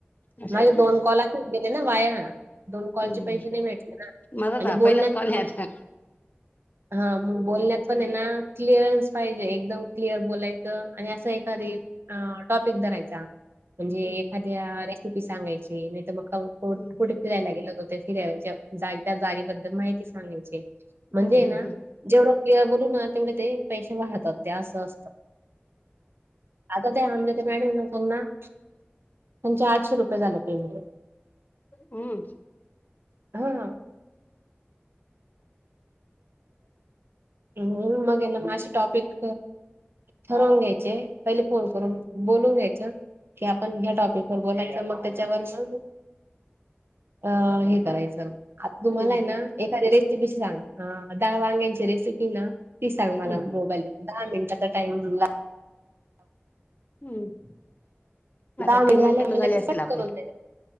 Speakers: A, on the left; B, on the right.
A: असं
B: मागे
A: का
B: दोन कॉल असच गेले ना वाया ह दोन कॉलचे
A: हम्म
B: पैसे नाही भेटले ना
A: माझा तर
B: आणि
A: हा
B: बोलण्यात
A: पहिलाच कॉल आहे आता
B: हा मग बोलण्यात पण आहे ना क्लिअरन्स पाहिजे एकदम क्लिअर बोलायचं आणि असं एक सरी
A: हम्म
B: टॉपिक धरायचा म्हणजे
A: हम्म
B: एखाद्या रेसिपी सांगायची नाही तर मग कुठे
A: हम्म
B: फिरायला गेलेत होते फिरायच्या जा त्या जागेबद्दल माहिती सांगायची म्हणजे
A: हम्म
B: ना
A: हम्म
B: जेवढं प बोलू ना तेवढे ते पैसे वाहतात ते असं असतं आता ते आमद्या ते मॅडम ना त्यांना त्यांचे आठशे रुपये झाले
A: हम्म
B: हा ह् मग ना माझ टॉपिक ठरवून घ्यायचे पहिले फोन करून बोलून घ्यायचं की आपण ह्या टॉपिक वर बोलायच मग त्याच्यावर मग अ हे करायचं आता तुम्हाला
A: हम्म
B: आहे
A: हम्म हम्म
B: ना एखादी रेसिपी सांग डाळ वांग्यांची रेसिपी ना ती सांग मला
A: हम्म
B: मोबाईल दहा मिनिटाचा टाइम ला
A: हम्म आता
B: दहा मिनट
A: तीन मिनिटं
B: झाले
A: तर
B: मला
A: झाली असतील
B: कट
A: आपली
B: करून द